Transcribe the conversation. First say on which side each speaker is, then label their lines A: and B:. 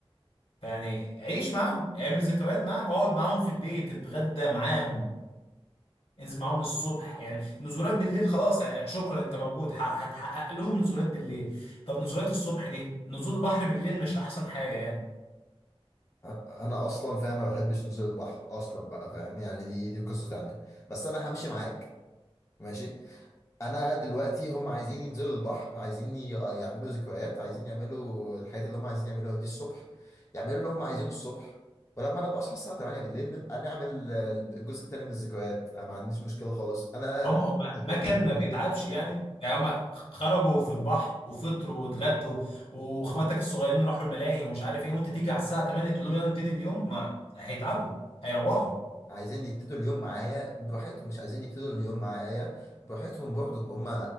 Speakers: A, on the left; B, on the left.
A: فيعني عيش معاهم اعمل ذكريات معاهم اقعد معاهم في البيت اتغدى معاهم انزل معاهم الصبح يعني نزولات بالليل خلاص يعني شكرا انت موجود ح- هتحقق لهم نزولات بالليل طب نزولات الصبح دي نزول البحر بالليل مش احسن حاجة يعني
B: انا أنا اصلا فاهم ما بحبش نزول البحر اصلا بقى فاهم يعني دي دي قصة تانية بس انا همشي معاك ماشي انا دلوقتي هم عايزين ينزلوا البحر عايزين ي- يعملوا ذكريات عايزين يعملوا الحاجات اللي هم عايزين يعملوها دي الصبح يعملوا اللي هم عايزينه الصبح ولما انا ابقى اصحى الساعه 8 بالليل نبقى نعمل آه، الجزء التاني من الذكريات انا ما عنديش مشكله خالص انا
A: هم
B: انا
A: هم ما
B: فاكر
A: كان
B: الموضوع
A: ما بيتعبش
B: ده ليه؟ مش كده
A: يعني يعني هم خرجوا في البحر وفطروا واتغدوا واخواتك الصغيرين راحوا الملاهي ومش عارف ايه وانت تيجي على الساعه 8 تقول لهم يلا نبتدي اليوم ما هيتعبوا هيروحوا
B: عايزين يبتدوا اليوم معايا براحتهم مش عايزين يبتدوا اليوم معايا براحتهم برضه هم